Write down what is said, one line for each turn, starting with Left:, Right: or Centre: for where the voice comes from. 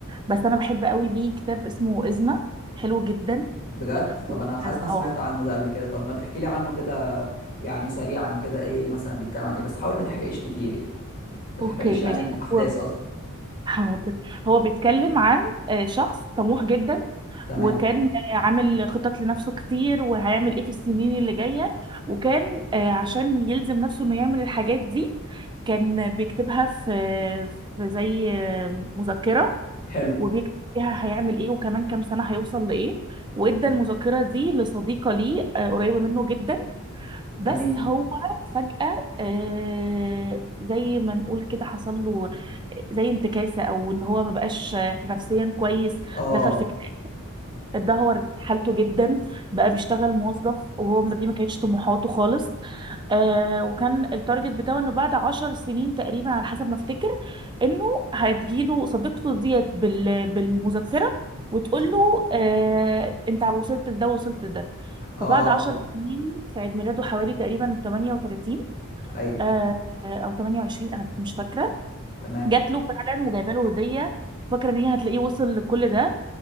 Right: بس انا بحب قوي ليه كتاب اسمه إزمة حلو جدا
Left: بجد طب
Right: و...
Left: انا حاسس إن انا
Right: اه
Left: سمعت عنه ده قبل كده طب ما تحكي لي عنه كده يعني سريعا كده ايه مثلا بيتكلم عن ايه بس حاول ما تحرقش كتير يعني ما تحرقش
Right: اوكي
Left: يعني
Right: ماشي
Left: الاحداث
Right: هو
Left: قصدي
Right: حاضر هو بيتكلم عن آه، شخص طموح جدا
Left: تمام
Right: وكان عامل خطط لنفسه كتير وهيعمل ايه في السنين اللي جاية وكان آه، عشان يلزم نفسه انه يعمل الحاجات دي كان بيكتبها في في زي آه، مذكرة
Left: حلو
Right: وبيكتب فيها هيعمل ايه وكمان كام سنة هيوصل لإيه وادى المذكرة دي لصديقة ليه آه، قريبة منه جدا بس
Left: جميل
Right: هو فجأة آه، زي ما نقول كده حصل له آه، زي انتكاسة او ان هو ما بقاش نفسيا كويس
Left: اه
Right: دخل في اتدهور حالته جدا بقى بيشتغل موظف وهو ما- دي ما كانتش طموحاته خالص آه وكان التارجت بتاعه انه بعد عشر سنين تقريبا على حسب ما افتكر انه هتجيله صديقته ديت بال بالمذكرة وتقول
Left: تف-
Right: له آه انت وصلت لده وصلت لده فبعد
Left: اه
Right: عشر سنين في عيد ميلاده حوالي تقريبا 38
Left: ايوه
Right: آه او 28 انا مش فاكرة
Left: تمام
Right: جات له فعلا وجايبه له هدية وفاكرة ان هي هتلاقيه وصل لكل ده